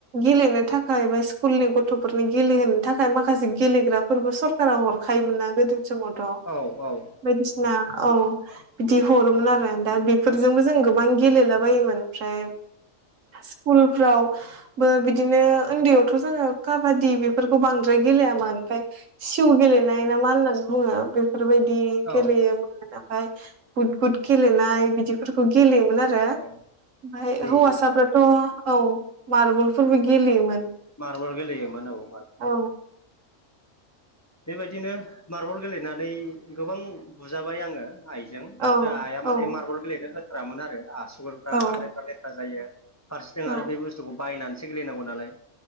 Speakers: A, on the right; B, on the left.
A: गेलेनो थाखाय बा स्कुलनि गथ'फोरनि गेलेहोनो थाखाय माखासे गेलेग्राफोरबो सरकारा हरखायोमोन ना <unintelligible>
B: औ-औ-औ
A: बायदिसिना औ बिदि हरोमोन आरो दा बेफोरजोंबो जों गोबां गेलेला बायोमोन ओमफ्राय स्कुल फ्रावबो बिदिनो उन्दैयावथ' जोङो काबादि बेफोरखौ बांद्राय गेलेयामोन ओमफफ्राय सिउ गेलेनाय ना मा होननानै बुङो बेफोरबायदि गेलेयोमोन
B: औ
A: ओमफ्राय गुद गुद गेलेनाय बिदिफोरखौ गेलेयोमोन आरो ओमफ्राय
B: औ दै
A: हौवासाफ्राथ' औ मारबलफोरबो गेलेयोमोन
B: मारबल गेलेयोमोन औ मार
A: औ
B: बेबायदिनो मार्बल गेलेनानै गोबां बुजाबाय आङो आइजों
A: औ
B: जोंहा आइआ
A: औ
B: माने मार्बल गेलेनो होथ्रामोन आरो आसुगुरफ्रा
A: औ
B: आखाइफ्रा लेथ्रा जायो फारसेथिं
A: औ
B: आरो बे बुस्थुखौ बायनानैसो गेलैनांगौ नालाय